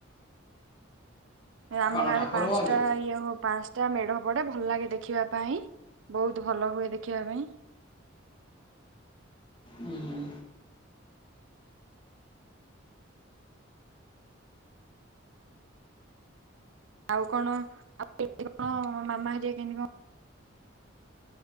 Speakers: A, on the right (about 70°); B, on the left (about 25°).
A: ଆମ
B: କଣ
A: ଗାଁରେ
B: ଠାକୁର
A: ପାଞ୍ଚଟା
B: ହୁଅନ୍ତି
A: ଇଏ ହଉ ପା ପାଞ୍ଚ ଟା ମେଢ ପଡେ ଭଲ ଲାଗେ ଦେଖିବା ପାଇଁ ବହୁତ ଭଲ ହୁଏ ଦେଖିବା ପାଇଁ।
B: ହୁଁ ହୁଁ।
A: ଆଉ କଣ ଆଉ କେମିତି କଣ ମାମା ହରିଆ କେମିତି କଣ